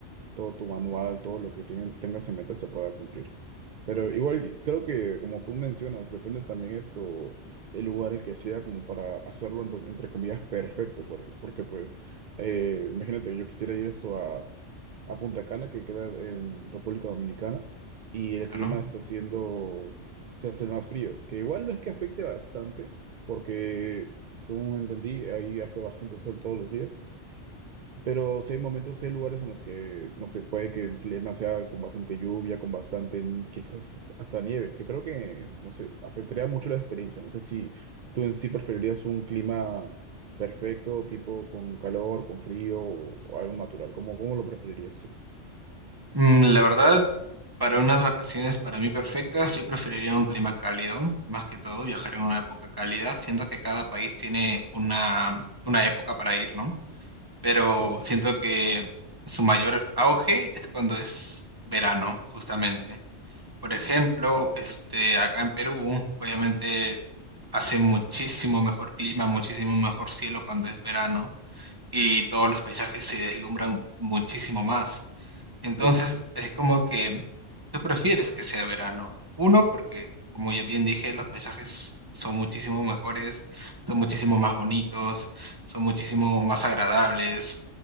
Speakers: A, on the right; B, on the right.
A: todo tu manual, todo lo que ten- tengas en mente se pueda cumplir. Pero igual creo que como tú mencionas, depende también esto, el lugar el que sea como para hacerlo ento- entre, comillas perfecto, por- porque pues eh, imagínate, yo quisiera ir esto a, a Punta Cana, que queda en República Dominicana, y el
B: Pero
A: clima
B: no.
A: está siendo, se hace más frío, que igual no es que afecte bastante, porque según entendí, ahí hace bastante sol todos los días. Pero sí hay momentos, sí hay lugares en los que, no sé, puede que el clima sea con bastante lluvia, con bastante, quizás hasta nieve, que creo que, no sé, afectaría mucho la experiencia. No sé si tú en sí preferirías un clima perfecto, tipo con calor, con frío o, o algo natural. ¿Cómo, cómo lo preferirías tú?
B: Mm, La verdad, para unas vacaciones para mí perfectas, yo preferiría un clima cálido, más que todo viajar en una época cálida. Siento que cada país tiene una, una época para ir, ¿no? Pero
A: Claro,
B: siento que su mayor auge es cuando es verano, justamente. Por ejemplo, este, acá en Perú, obviamente hace muchísimo mejor clima, muchísimo mejor cielo cuando es verano y todos los paisajes se deslumbran muchísimo más. Entonces,
A: claro.
B: es como que tú prefieres que sea verano. Uno, porque, como ya bien dije, los paisajes son muchísimo mejores, son muchísimo más bonitos, son muchísimo más agradables.